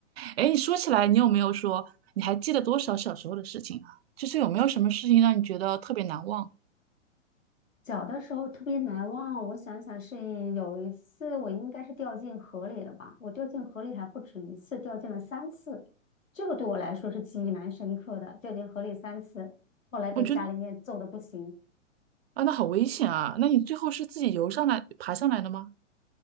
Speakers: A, on the right (about 50°); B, on the left (about 80°).
A: 哎，说起来，你有没有说你还记得多少小时候的事情啊？就是有没有什么事情让你觉得特别难忘？
B: 小的时候特别难忘，我想想是有一次我应该是掉进河里了吧？我掉进河里还不止一次，掉进了三次，这个对我来说是记忆蛮深刻的，掉进河里三次，后来被家里面揍得不行。
A: 我觉得啊，那好危险啊！那你最后是自己游上来、爬上来的吗？